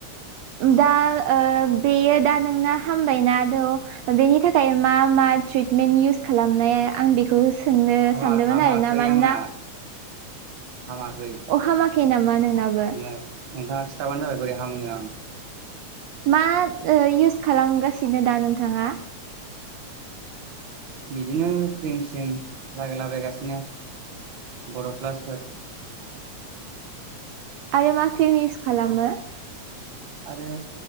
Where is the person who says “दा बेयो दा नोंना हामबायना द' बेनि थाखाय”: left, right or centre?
Right